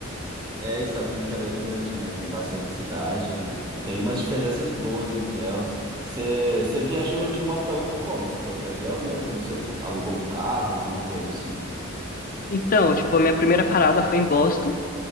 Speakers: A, on the right; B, on the left.
A: É, Estados Unidos é bem grande, né? Tem bastante cidade e e tem umas diferenças boas entre elas. Você, você viajou de uma pra outra como? Você foi de avião mesmo? Ou você alugou um carro, alguma coisa assim?
B: Então, tipo, a minha primeira parada foi em Boston